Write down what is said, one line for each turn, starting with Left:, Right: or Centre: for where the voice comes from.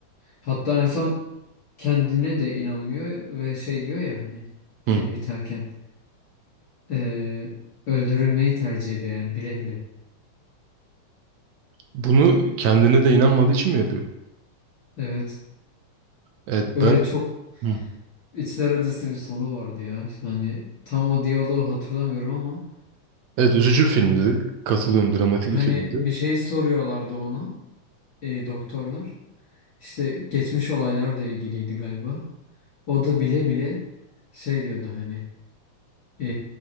Left: Hatta insan kendine de inanmıyor ve şey diyor ya hani film
Right: Hı.
Left: biterken e, öldürülmeyi tercih ediyor yani bile bile.
Right: Bunu kendine de inanmadığı için mi yapıyor?
Left: Evet.
Right: Evet
Left: Öyle
Right: ben
Left: çok
Right: Hı.
Left: içler acısı bir sonu vardı ya. Hani tam o diyaloğu hatırlamıyorum ama
Right: Evet üzücü bir filmdi. Katılıyorum dramatik
Left: hani
Right: bir filmdi.
Left: bir şey soruyorlardı ona. e, doktorlar işte geçmiş olaylarla ilgiliydi galiba. O da bile bile şey diyordu hani e,